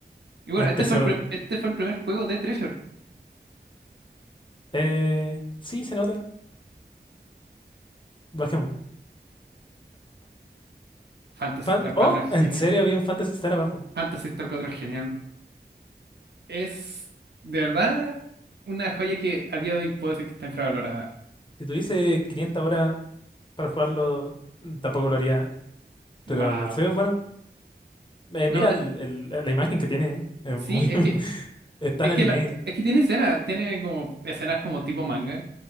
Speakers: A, on the right; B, on the left.
A: Y bueno,
B: Es un
A: este
B: tesoro.
A: fue el, pre- este fue el primer juego de Treasure.
B: Eh, sí, se nota. Bajemos.
A: Phantasy
B: Fan-
A: Star cuatro
B: oh,
A: es
B: en
A: genial.
B: serio, había un Fantasy Star abajo.
A: Phantasy Star cuatro es genial. Es, de verdad, una joya que a día de hoy puede ser que está infravalorada.
B: Si tuviese 500 horas para jugarlo, mm, tampoco lo haría. Pero
A: Wow.
B: se ve bueno. Eh, mira
A: No,
B: el- el- la imagen que tiene. eh, Es
A: Sí,
B: muy,
A: es
B: <laughs>
A: que,
B: es tan
A: es
B: anime.
A: que, la- es que tiene escenas, tiene como escenas como tipo manga,